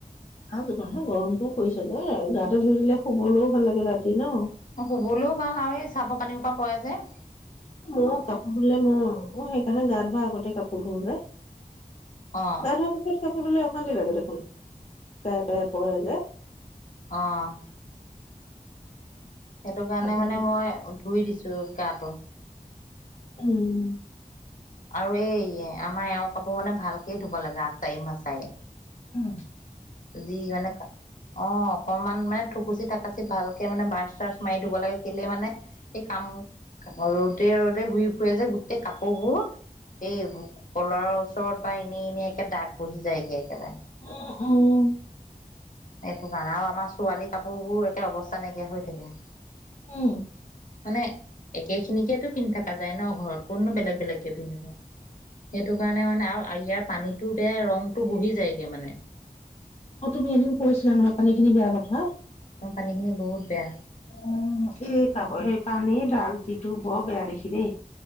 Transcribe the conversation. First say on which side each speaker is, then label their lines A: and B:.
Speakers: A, on the left; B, on the left.
A: আৰু যিমানহে গৰমটোও পৰিছে যে, গাটো ধুই দিলে শুবলৈও ভাল লাগে ৰাতি ন।
B: অ শুবলৈও ভাল আৰু এই চাৰ্টৰ পানীহোপা পৰে যে।
A: মই কাপোৰ ধুলে মই, মই সেইকাৰণে গা ধোৱাৰ আগতে কাপোৰ ধোও যে
B: অ
A: গা ধোৱাৰ পাছত কাপোৰ ধুলে অশান্তি লাগে দেখোন গায়ে তায়ে পৰে যে।
B: অঁহ। সেইটো কাৰণে
A: আকৌ
B: মানে মই ধুই দিছো গাটো।
A: উম।
B: আৰু এই আমাৰ এওঁৰ কাপোৰ মানে ভালকে ধুব লাগে আচাৰি মাচাৰি।
A: উম
B: যি মানে অ অকমান মানে থুকুচি থাকাচি ভালকে মানে ব্ৰাছ চ্ৰাছ মাৰি ধুব লাগে। কেলে মানে সেই কাম ৰ'দে ৰ'দে ঘূৰি ফুৰে যে গোটেই কাপোৰবোৰ এই কলাৰৰ ওচৰত বা এনেই এনেই একে দাগ বহি যায়গে একেবাৰে।
A: অ অ।
B: সেইটো কাৰণে আৰু আমাৰ ছোৱালী কাপোৰবোৰ একে অৱস্থা নাইকিয়া হৈ থাকে।
A: উম
B: মানে একে খিনিকেতো পিন্ধি থাকা যায় ন ঘৰত। কতনো বেলেগ বেলেগকে পিন্ধিব, সেইটো কাৰণে মানে আৰু ইয়াৰ পানী টো বেয়া ৰংটো বহি যায়গে মানে।
A: অ তুমি এদিন কৈছিলা নহয় পানীখিনি বেয়া কথা।
B: আমাৰ পানীখিনি বহুত বেয়া।
A: অঁ, এই সেই পানী দাগ যিটো বৰ বেয়া দেখে দেই।